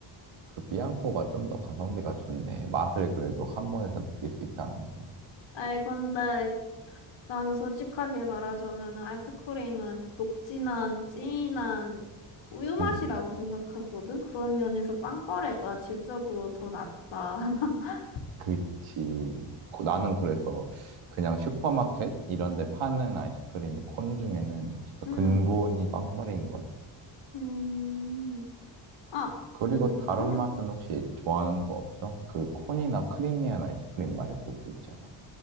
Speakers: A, on the right; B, on the left.
A: 그 비앙코가 좀 더 가성비가 좋네. 맛을 그래도 한 번에 다 느낄 수 있다는 게.
B: 아이, 근데 나는 솔직하게 말하자면 아이스크림은 녹진한, 진한 우유 맛이라고
A: 음,
B: 생각하거든. 그런 면에서 빵빠레가 질적으로 더 낫다. <laughs>
A: 그치. 고- 나는 그래서 그냥 슈퍼마켓 이런 데 파는 아이스크림 콘 중에는 진짜
B: 음,
A: 근본이 빵빠레인 것 같아.
B: 음, 아,
A: 그리고
B: 음,
A: 다른
B: 음,
A: 맛은 혹시 좋아하는 거 없어? 그 콘이나 크리미한 아이스크림 말고 또 있잖아.